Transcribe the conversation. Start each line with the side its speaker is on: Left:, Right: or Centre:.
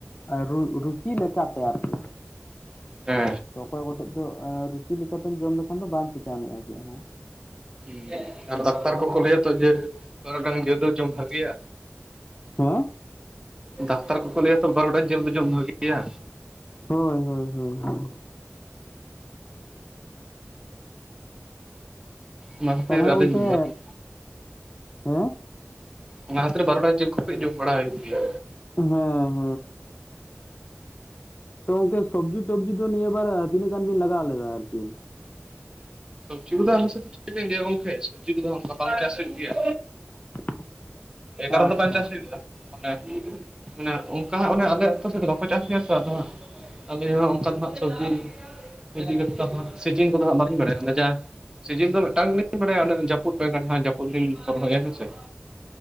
Left: ᱟᱨᱚ ᱨᱩᱪᱤ ᱞᱮᱠᱟ ᱛᱮ ᱟᱨ ᱠᱤ᱾
Right: ᱦᱮᱸ
Left: ᱛᱚ ᱚᱠᱚᱭ ᱠᱚᱴᱷᱮᱡ ᱫᱚ ᱨᱩᱪᱤ ᱞᱮᱠᱟᱛᱮᱢ ᱡᱚᱢ ᱞᱮᱠᱷᱟᱱ ᱫᱚ ᱵᱟᱝ ᱪᱤᱠᱟ ᱢᱮᱭᱟ ᱡᱮ ᱦᱮᱸ᱾
Right: ᱤᱭᱟᱹ ᱟᱨ ᱰᱟᱠᱛᱟᱨ ᱠᱚᱠᱚ ᱞᱟᱹᱭᱟᱛᱚ ᱡᱮ ᱵᱟᱹᱨᱩᱰᱟᱝ ᱡᱮᱞ ᱫᱚ ᱡᱚᱢ ᱵᱷᱟᱜᱮᱭᱟ᱾
Left: ᱦᱮᱸ
Right: ᱰᱟᱠᱛᱟᱨ ᱠᱚᱠᱚ ᱞᱟᱹᱭᱟ ᱛᱚ ᱵᱟᱨᱩᱰᱟᱝ ᱡᱮᱞ ᱫᱚ ᱡᱚᱢ ᱵᱷᱟᱜᱮ ᱜᱮᱭᱟ᱾
Left: ᱦᱳᱭ ᱦᱳᱭ ᱦᱳᱭ ᱦᱳᱭ᱾
Right: ᱚᱱᱟ ᱠᱷᱟᱛᱤᱨ
Left: ᱛᱟᱦᱚᱞᱮ
Right: ᱟᱞᱤᱧ
Left: ᱜᱚᱝᱠᱮ
Right: ᱵᱟᱞᱤᱧ,
Left: ᱦᱮᱸ
Right: ᱚᱱᱟ ᱠᱷᱟᱹᱛᱤᱨ ᱵᱟᱨᱩᱰᱟᱝ ᱡᱤᱞ ᱠᱚ <unintelligible> ᱡᱚᱢ ᱵᱟᱲᱟ ᱦᱩᱭᱩᱜ ᱜᱮᱭᱟ᱾
Left: ᱦᱚᱸ, ᱛᱚ ᱜᱚᱝᱠᱮ ᱥᱚᱵᱽᱡᱤ ᱴᱚᱵᱡᱤ ᱫᱚ ᱱᱤᱭᱟᱹ ᱵᱟᱨ ᱛᱤᱱᱟᱹᱜ ᱜᱟᱱ ᱵᱤᱱ ᱞᱟᱜᱟᱣ ᱞᱮᱫᱟ ᱟᱨᱠᱤ,
Right: ᱥᱚᱵᱡᱤ ᱠᱚᱫᱚ ᱪᱮᱫ ᱞᱤᱧ ᱞᱟᱹᱭᱼᱟ ᱜᱚᱝᱠᱮ ᱥᱚᱵᱡᱤ ᱠᱚ ᱫᱚ ᱚᱱᱠᱟ ᱵᱟᱝ ᱪᱟᱥ ᱦᱩᱭᱩᱜ ᱜᱮᱭᱟ᱾
Left: <inaudible>
Right: ᱮᱠᱟᱨᱚᱱ ᱫᱚ ᱵᱟᱝ ᱪᱟᱥ
Left: ᱟᱪᱪᱷᱟ
Right: ᱦᱩᱭᱩᱜ ᱜᱮᱭᱟ᱾ ᱢᱟᱱᱮ ᱢᱟᱱᱮ ᱚᱱᱠᱟ ᱦᱟᱸᱜ ᱚᱱᱮ ᱟᱞᱮ ᱟᱹᱛᱩ ᱥᱮᱫ ᱵᱟᱠᱚ ᱪᱟᱥ ᱜᱮᱭᱟ ᱛᱚ ᱟᱫᱚ ᱦᱟᱸᱜ, ᱟᱞᱤᱧ ᱦᱚᱸ ᱚᱱᱠᱟ ᱫᱚ ᱦᱟᱸᱜ ᱥᱚᱵᱡᱤ ᱤᱫᱤ ᱠᱟᱛᱮᱫ ᱟᱫᱚ ᱦᱟᱸᱜ ᱥᱮᱴᱤᱝ ᱠᱚᱫᱚ ᱦᱟᱸᱜ ᱵᱟᱹᱞᱤᱧ ᱵᱟᱰᱟᱭᱟ᱾ ᱨᱟᱡᱟ ᱥᱤᱡᱤᱱ ᱫᱚ ᱢᱤᱫᱴᱟᱝ ᱜᱮᱞᱤᱧ ᱵᱟᱰᱟᱭᱟ ᱚᱱᱮ ᱡᱟᱹᱯᱩᱫ ᱴᱟᱭᱤᱢ ᱟᱸᱜ ᱠᱷᱟᱱ ᱡᱟᱹᱯᱩᱫ ᱫᱤᱱ ᱯᱚᱨ ᱦᱮᱸ ᱥᱮ,